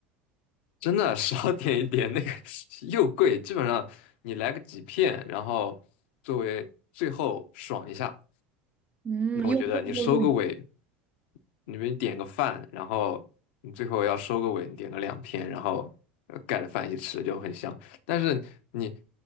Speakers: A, on the left; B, on the right.
A: 真的少点一点，那个 <laughs> 又贵，基本上你来个几片，然后作为最后爽一下。
B: 嗯，
A: 那我觉得你收个尾，
B: 又贵又又
A: 你比如点个饭，然后你最后要收个尾，你点个两片，然后呃盖着饭一起吃就很香。但是你